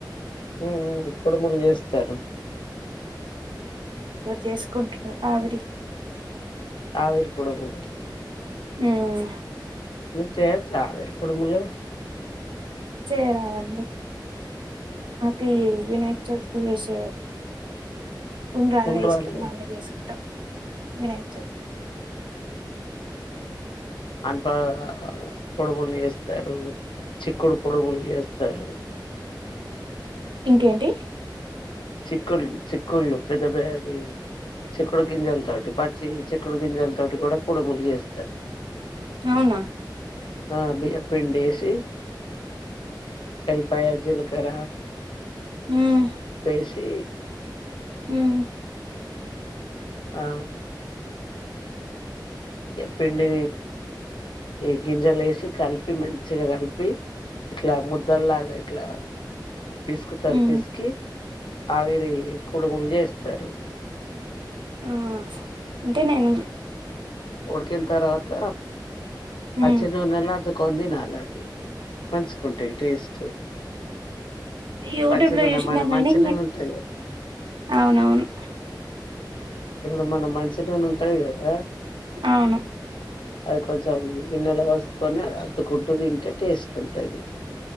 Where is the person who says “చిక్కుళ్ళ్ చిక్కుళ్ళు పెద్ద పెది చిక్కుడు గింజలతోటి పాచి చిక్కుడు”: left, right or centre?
Left